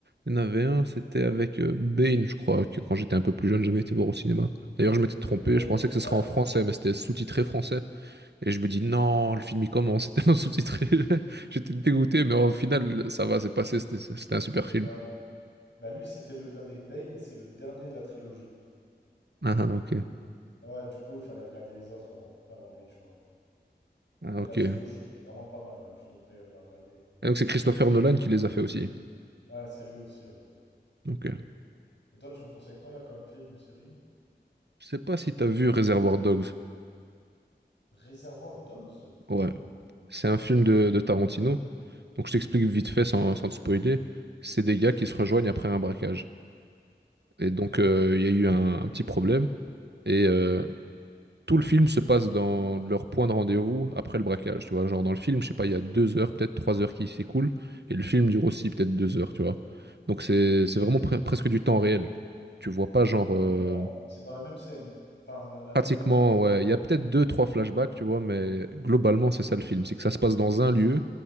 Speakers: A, on the right (about 70°); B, on the left (about 85°).
A: il y en avait un, c'était avec euh, Bane, je crois, que quand j'étais un peu plus jeune, j'avais été voir au cinéma. D'ailleurs, je m'étais trompé,
B: Bane.
A: je pensais que ce
B: Ouais.
A: serait en français, mais c'était sous-titré français. Et je me dis, non, le film, il commence, <laughs> c'était en sous-titré. <laughs> J'étais dégoûté, mais au final, ça va, c'est passé, c'était c'était un super film.
B: Ouais. Bah lui, c'était le avec Bane, c'est le dernier de la trilogie.
A: Ah, ah, ok.
B: Ouais, du coup, il fallait regarder les autres avant, avant lui, tu vois.
A: Ah,
B: Mais
A: ok.
B: la trilogie,
A: Et
B: elle est vraiment pas mal, ouais, Tu devrais euh, la regarder.
A: donc, c'est Christopher Nolan qui les a fait aussi.
B: Ouais, c'est lui aussi, ouais.
A: Donc, euh,
B: Et toi, tu me conseilles quoi, là, comme film ou série?
A: je sais pas si t'as vu Reservoir Dogs.
B: Réservoir Dogs?
A: Ouais. C'est un film de, de Tarantino. Donc je t'explique vite fait sans, sans te spoiler. C'est des gars qui se rejoignent après un braquage. Et
B: Ok.
A: donc euh, il y a eu un, un petit problème. Et euh, tout le film se passe dans leur point de rendez-vous après le braquage. Tu vois, genre dans le film, je sais pas, il y a deux heures, peut-être trois heures qui s'écoulent. Et le film dure aussi peut-être deux heures, tu vois. Donc c'est c'est vraiment pre- presque du temps réel. Tu vois pas genre
B: Incroyable.
A: euh,
B: C'est dans la même scène. Enfin, la
A: pratiquement,
B: même... euh,
A: ouais, il y a peut-être deux, trois flashbacks, tu vois, mais globalement c'est ça le film. C'est que ça se passe dans un lieu